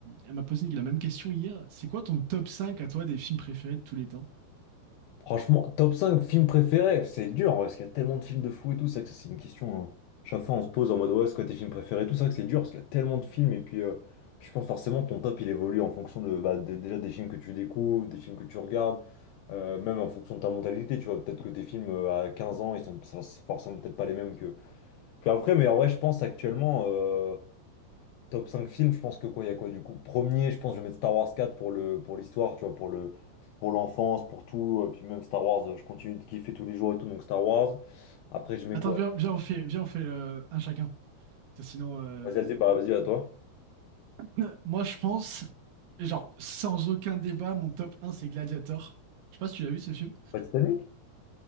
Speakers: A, on the right; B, on the left.
A: Elle m'a posé la même question hier. C'est quoi ton top 5 à toi des films préférés de tous les temps?
B: Franchement, top 5 films préférés, c'est dur en vrai, parce qu'il y a tellement de films de fou et tout, ça que ça c'est une question. hein. Chaque fois on se pose en mode ouais, c'est quoi tes films préférés, tout ça que c'est dur, parce qu'il y a tellement de films, et puis, euh, puis je pense forcément ton top il évolue en fonction de bah, de- déjà des films que tu découvres, des films que tu regardes, euh, même en fonction de ta mentalité, tu vois, peut-être que tes films euh, à 15 ans, ils sont ça- c'est forcément peut-être pas les mêmes que, que après, mais en vrai je pense actuellement. euh, Top 5 films, je pense que quoi, il y a quoi du coup? Premier, je pense que je vais mettre Star Wars quatre pour le, pour l'histoire, tu vois, pour le, pour l'enfance, pour tout. euh, Puis même Star Wars, euh, je continue de kiffer tous les jours et tout, donc Star Wars. Après, je mets
A: Attends,
B: quoi?
A: viens, viens, on fait, viens, on fait euh, un chacun. Parce que sinon, euh,
B: Vas-y, vas-y, bah vas-y, à toi.
A: <laughs> moi je pense, genre, sans aucun débat, mon top 1 c'est Gladiator. Je sais pas si tu l'as vu ce film.
B: Pas Titanic?